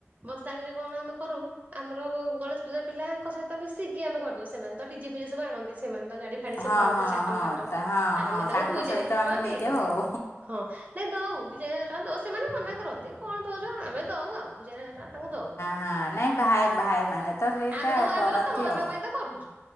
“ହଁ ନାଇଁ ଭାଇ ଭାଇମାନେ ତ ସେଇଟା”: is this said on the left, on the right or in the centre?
Left